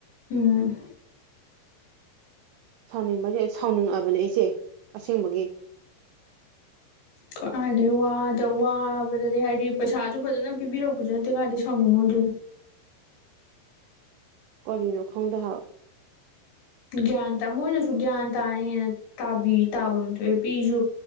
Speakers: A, on the left; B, on the right.
A: ꯎꯝ
B: ꯁꯥꯎꯅꯤꯡꯕ ꯖꯦ ꯁꯥꯎꯅꯤꯡꯉꯛꯑꯕꯅꯦ ꯑꯩꯁꯦ ꯑꯁꯦꯡꯕꯒꯤ꯫
A: ꯀꯔꯥꯏꯗꯩ ꯋꯥꯗ ꯋꯥꯕꯗꯗꯤ ꯍꯥꯏꯗꯤ ꯄꯩꯁꯥꯁꯨ ꯐꯖꯅ ꯄꯤꯕꯤꯔꯛꯄꯁꯨ ꯅꯠꯇꯦ ꯀꯥꯏꯗꯩ ꯁꯥꯎꯅꯤꯡꯉꯣꯏꯗꯣꯏꯅꯣ꯫
B: ꯀꯔꯤꯅꯣ ꯈꯪꯗꯦ ꯍꯥꯏꯕ
A: ꯒ꯭ꯌꯥꯟ ꯇꯥ ꯃꯣꯏꯅꯁꯨ ꯒ꯭ꯌꯥꯟ ꯇꯥꯅ ꯍꯦꯟꯅ ꯇꯥꯕꯤ ꯇꯥꯕꯝ ꯊꯣꯛꯑꯦ ꯄꯤꯁꯨ